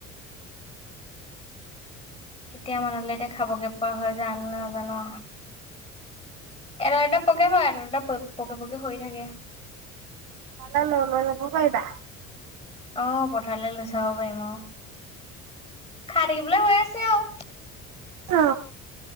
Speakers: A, on the left; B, on the right.
A: কেতিয়া মানুহলে এতিয়া খাবগে পোৱা হয় জানো নাজানো এৰটা পকে বা এাৰটা পকে পকে হৈ থাকে
B: মাল লল ন ফাইদা
A: আহ পথাৰলৈ লৈ চাব পাৰিম অ খাই থাকিবলৈ হৈ আছে আৰু
B: অ